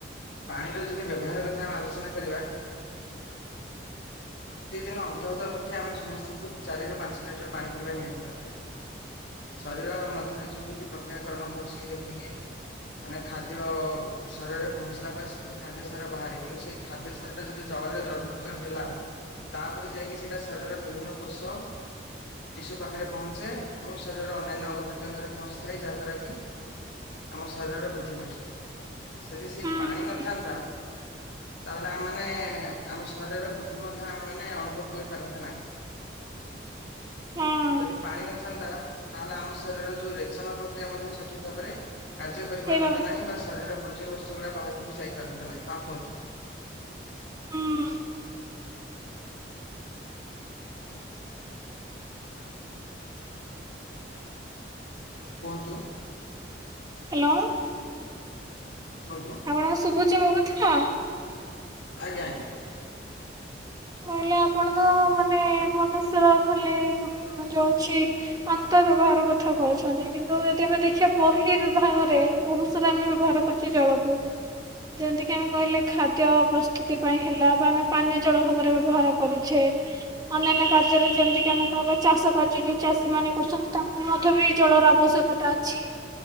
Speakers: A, on the left; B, on the right.
A: ପାଣିର ଯଦି ବ୍ୟବହାର କଥା ଆମେ ଆଲୋଚନା କରିବା। ପ୍ରତିଦିନ ଅନ୍ତଃତ ଅପେକ୍ଷା ଆମେ ସମସ୍ତଙ୍କୁ ଚାରି ରୁ ପାଞ୍ଚ ଲିଟର ପାଣି ପିଇବା ନିହାତି ଦରକାର। ଶରୀରର ମଧ୍ୟରେ ଯୋଉ ବି ପ୍ରକ୍ରିୟାକରଣ ହୋଉଛି ଯେମିତି କି ମାନେ ଖାଦ୍ୟ ସାରରେ ପହଞ୍ଚିଲା ପରେ ସେଥିରୁ ଖାଦ୍ୟ ସାର ବାହାରେ କିନ୍ତୁ ସେ ଖାଦ୍ୟ ସାର ଟା ଯଦି ଜଳରେ ଦ୍ରବୀଭୂତ ହେଲା। ତାପରେ ଯାଇକି ସେଟା ଶରୀରର ବିଭିନ୍ନ କୋଷ ଟିସୁ ପାଖେରେ ପହଞ୍ଚେ ଏବଂ ଶରୀରର ଅନ୍ୟାନ୍ୟ ଅଙ୍ଗପ୍ରତ୍ୟଙ୍ଗରେ ପହଞ୍ଚିଥାଏ ଯାହା ଦ୍ୱାରାକି ଆମ ଶରୀରରେ ବୃଦ୍ଧି ଘଟିଥାଏ। ସେଠି ସେ
B: ହୁଁ
A: ପାଣି
B: ହୁଁ
A: ନଥାନ୍ତା ତାହେଲେ ଆମେମାନୋ ଆମ ଶରୀରରେ ବୃ ଦ୍ଧି ମଧ୍ୟ ଆମେ ମେ ଅନୁଭବ କରିପାରନ୍ତେ ନାହିଁ।
B: ହଁ।
A: ଯଦି ପାଣି ନଥାନ୍ତା ତାହେଲେ ଆମ ଶରୀରରେ ଯୋଉ ରେଚନ ପ୍ରକ୍ରିୟା ମଧ୍ୟ ସଠିକ ଭାବରେ କାର୍ଯ୍ୟ କରିପାରନ୍ତା
B: ହେଇ ବାବା
A: ନାହିଁ ବା ଶରୀରର ବର୍ଯ୍ୟୟ ବସ୍ତୁ ଗୁଡା ବାହାରକୁ ବି ଯାଇପାରନ୍ତା ନାହିଁ। ହଁ କୁହନ୍ତୁ।
B: ହୁଁ।
A: ହଁ କୁହନ୍ତୁ।
B: ହାଲୋ।
A: ହଁ କୁହନ୍ତୁ।
B: ଆପଣଙ୍କୁ ଶୁଭୁଚି ମୋ କଥା।
A: ଆଜ୍ଞା ଆଜ୍ଞା।
B: ତାହାଲେ ଆପଣ ତ ମାନେ ମନୁଷ୍ୟର ଖାଲି ଯୋଉ ଅଛି। ଅନ୍ତର ବିଭାଗର କଥା କୋହୁଛନ୍ତି କିନ୍ତୁ ଯଦି ଆମେ ଦେଖିବା ବର୍ହି ବିଭାଗରେ ବୋହୁତ ସାରା ଆମେ ବ୍ୟବହାର କରୁଛେ ଜଳକୁ। ଯେମିତି କିି ଆମେ କହିଲେ ଖାଦ୍ୟ ପ୍ରସ୍ତୁତି ପାଇଁ ହେଲା ବା ଆମେ ପାନୀୟ ଜଳ ଭାବରେ ବ୍ୟବହାର କରୁଛେ। ଅନ୍ୟାନ୍ୟ କାର୍ଯ୍ୟରେ ଯେମିତିକି ଆମେ କହିବା ଚାଷ <unintelligible> ଯୋଉ ଚାଷୀ ମାନେ କରୁଛନ୍ତି ତାଙ୍କୁ ମଧ୍ୟ ବି ଜଳର ଆବଶ୍ୟକ ତା ଅଛି।